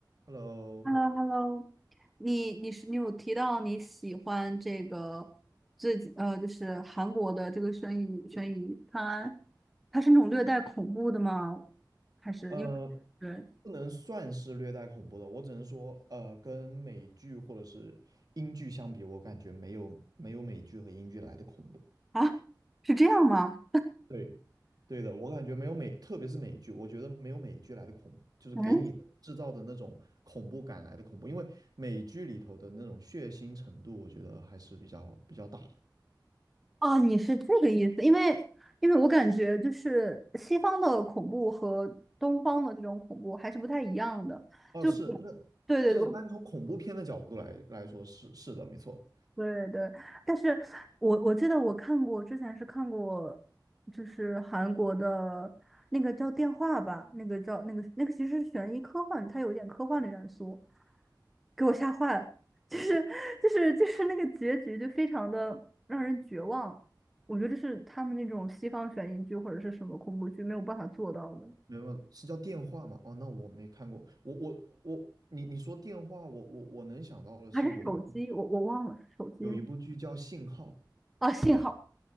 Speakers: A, on the right (about 55°); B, in the centre.
A: Hello，
B: h e l l o h e l l o 你你是你有提到你喜欢这个最近呃，就是韩国的这个悬疑悬疑探案，它是那种略带恐怖的吗？还是因为对
A: 呃，不能算是略带恐怖的，我只能说，呃，跟美剧或者是英剧相比，我感觉没有没有美剧和英剧来的恐怖。
B: 啊，是这样吗？
A: 对，对的，我感觉没有美，特别是美剧，我觉得没有美剧来的恐怖就是给你的制造的那种恐怖感来的恐怖，
B: 嗯，
A: 因为美剧里头的那种血腥程度，我觉得还是比较比较大的。
B: 哦，你是这个意思，因为因为我感觉就是西方的恐怖和东方的这种恐怖还是不太一样的，
A: 哦，
B: 就对对对，
A: 是，那就是单从恐怖片的角度来来说，
B: 我。
A: 是是的，没错。
B: 对对，但是我我记得我看过，之前是看过，就是韩国的那个叫电话吧，那个叫那个那个其实是悬疑科幻，它有一点科幻的元素，给我吓坏了，就是就是就是那个结局就非常的让人绝望，我觉得这是他们那种西方悬疑剧或者是什么恐怖剧没有办法做到的，
A: 明白了，是叫电话吗？哦，那我没看过。我我我，你你说电话，我我我能想到的是有一部
B: 还是手机，我我忘了是手机吗？
A: 有一部剧叫《信号》，
B: 啊，信号，